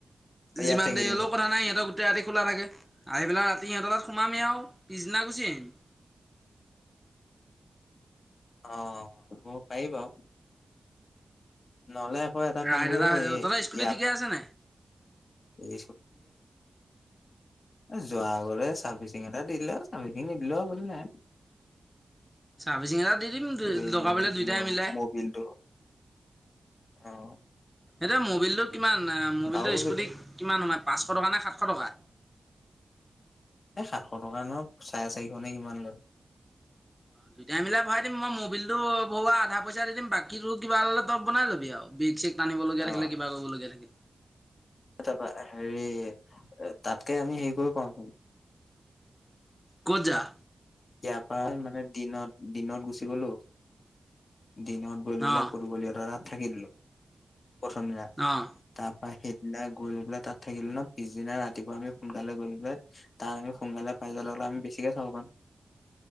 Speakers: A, on the left; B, in the centre.
A: ইয়াত
B: যিমান
A: থাকি
B: দেৰি
A: দিম
B: হ'লেও কথা নাই সিহঁতৰ গোটে ৰাতি খোলা থাকে আহি পেলাই ৰাতি সিহঁতৰ তাত সোমাহি আৰু পিছদিনা গুচি আহিম।
A: অঁ হব পাৰি বাৰু। নহলে এটা
B: ৰাইড
A: কাম গ ই এটা
B: হৈ যাব তহঁতৰ স্কুটি ঠিকে
A: কাম
B: আছে নাই
A: কৰিব পাৰি। যোৱা আগলে চাৰ্ভিচিং এটা দিলে চাৰ্ভিচিং নিদিলো নাই।
B: চাৰভিছিং দি দিম
A: এই
B: দাব দুইটাই মিলাই।
A: মবিলটো অ
B: এতিয়া মবিলটো কিমান মবিলটোৰ
A: আৰু
B: স্কুটি
A: যদি
B: কিমান সোমাই পাঁচশ টকা নে সাতশ টকা।
A: এই সাতশ টকা ন চাৰে চাৰিশ নে কিমান লয়
B: অ দুইটাই মিলাই ভৰাই দিম মই মবিলটো ভৰা আধা পইচা দি দিম বাকীটো কিবা উলালে তই বনাই লবি আৰু ব্ৰেক চেক টানিবলগীয়া
A: অ
B: থাকিলে কিবা কৰিবলগীয়া থাকিল
A: তাৰপা হেৰি তাতকে আমি হেৰি কৰিব পাওঁচোন
B: ক'ত যাৱ
A: ইয়াৰ পৰা মানে দিনত দিনত গুচি গলো দিনত গৈ লৈ পেলাই
B: অঁ
A: ফুৰিবলগীয়াত <unintelligible> থাকি দিলো। প্ৰথম দিনা
B: অঁ
A: তাৰপা আহি সেইয়া গৈ লৈ পেলাই তাত থাকিলো ন পিছদিনা ৰাতিপুৱা আমি সোনকালে গৈ পেলাই তাত আমি সোনকালে পাই গলে আমি বেছিকে চাব পাম